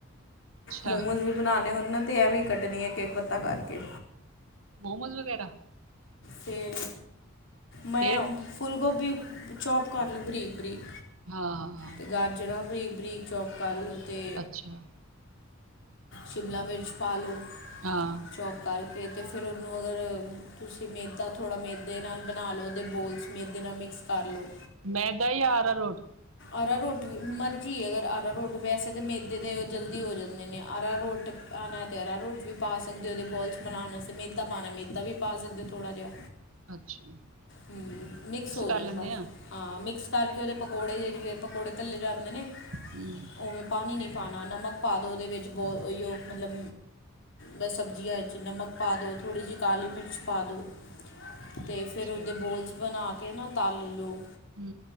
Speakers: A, on the right; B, on the left.
A: ਅੱਛਾ
B: ਮੋਮੋਸ ਵੀ, ਬਣਾਉਂਦੇ ਹੋਣ ਨਾ, ਤੇ ਐਵੇਂ ਈ ਕੱਟਦੀ ਹਾਂ, ਇੱਕ- ਇਕੱ ਪੱਤਾ ਕਰਕੇ।
A: ਮੋਮੋਜ਼ ਵਗੈਰਾ?
B: ਫੇਰ, ਮੈਂ
A: ਫੇਰ
B: ਫੁੱਲ ਗੋਭੀ, ਚੌਪ ਕਰ ਲਓ, ਬਰੀਕ- ਬਰੀਕ
A: ਹਾਂ -ਹਾਂ।
B: ਤੇ ਗਾਜਰਾਂ, ਬਰੀਕ-ਬਰੀਕ ਚੋਪ ਕਰ ਲਓ ਤੇ
A: ਅੱਛਾ
B: ਸ਼ਿਮਲਾ, ਮਿਰਚ ਪਾ ਲਓ।
A: ਹਾਂ।
B: ਚੌਪ ਕਰਕੇ, ਤੇ ਫਿਰ ਉਹਨੂੰ, ਅਗਰ ਤੁਸੀਂ ਮੇਦਾ ਥੋੜ੍ਹਾ ਮੇਦੇ ਨਾਲ ਬਣਾ ਲਓ, ਤੇ ਬੋਲਸ ਮੇਦੇ ਇਹਦੇ ਨਾਲ ਮਿਕਸ ਕਰ ਲਓ।
A: ਮੈਦਾ, ਯਾਰ ਅਰਾ ਰੋਟ?
B: ਆਰਾ ਰੋਟ, ਮਰਜ਼ੀ ਹੈ, ਅਗਰ ਅਰਾ ਰੋਟ, ਵੈਸੇ ਤਾਂ ਮੈਦੇ ਦੇ ਜਲਦੀ ਹੋ ਜਾਂਦੇ ਨੇ, ਆਰਾ ਰੁਟ ਮੈ ਤਾ ਅਰਾਰੋਟ ਵੀ ਪਾ ਸਕਦੇ ਹੋ ਉਹਦੇ ਬਲੱਸ ਬਣਾਉਣ ਵਸਤੇ ਮੈਦਾ ਪਾਣਾ ਮੈਦਾ ਵੀ ਪਾ ਸਕਦੇ ਹੋ ਧੋੜਾ ਜਿਹਾ।
A: ਅੱਛਾ।
B: ਹੂੰ, ਮਿਕਸ ਹੋ
A: ਕਰ
B: ਜਾਣ
A: ਲੈਂਦੇ
B: ਬਸ।
A: ਆ
B: ਹਾਂ, ਮਿਕਸ ਕਰਕੇ ਉਹਦੇ ਪਕੌੜੇ ਜੇ ਜਿਵੇ ਪਕੌੜੇ ਤਲੇ ਜਾਂਦੇ ਨੇ।
A: ਹੂੰ।
B: ਉਹੈਂ ਪਾਣੀ ਨਹੀਂ ਪਾਣਾ ਨਮਕ ਪਾਦੋ ਉਹਦੇ ਵਿੱਚ ਬੋਲ ਉਹ ਹੀਓ ਮਤਲਬ ਬਸ ਸਬਜ਼ੀਆਂ ਵਿੱਚ ਨਮਕ ਪਾ ਦਿਉ, ਥੋੜ੍ਹੀ ਜਿਹੀ ਕਾਲੀ ਮਿਰਚ ਪਾ ਦਿਓ। ਤੇ
A: ਅੱਛਾ
B: ਫਿਰ ਉਹਦੇ ਬੋਲਸ ਬਣਾ ਕੇ ਨਾ ਤਲ ਲਉ।
A: ਹੂੰ।